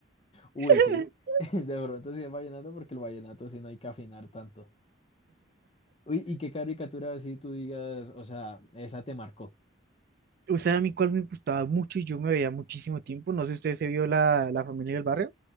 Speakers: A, on the left; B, on the right.
A: Uy,
B: <laughs>
A: sí. <laughs> De pronto sí es vallenato porque el vallenato sí no hay que afinar tanto. Uy, ¿y qué caricatura así tú digas, o sea, esa te marcó?
B: Usted a mí cuál me gustaba mucho y yo me veía muchísimo tiempo. No sé si usted se vio la, la familia del barrio.